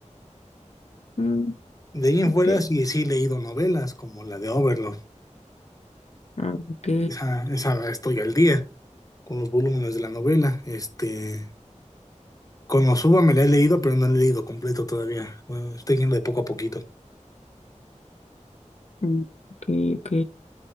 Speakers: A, on the left; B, on the left.
A: Mm,
B: De ahí en
A: ok.
B: fuera sí, sí he leído novelas como la de Overlord.
A: Ah, ok.
B: Esa, esa estoy al día con los volúmenes de la novela. Este. Con Konosuba me la he leído, pero no la he leído completo todavía. Bueno, estoy yendo de poco a poquito.
A: Mm, ok, ok.